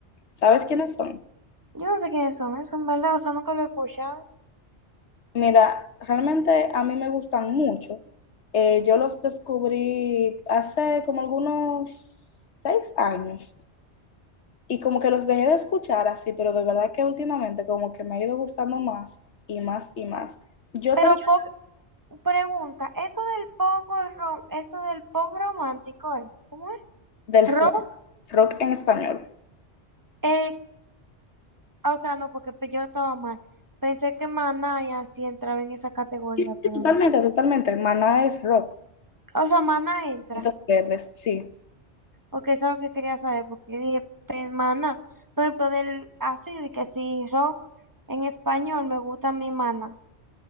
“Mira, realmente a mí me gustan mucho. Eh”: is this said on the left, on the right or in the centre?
Left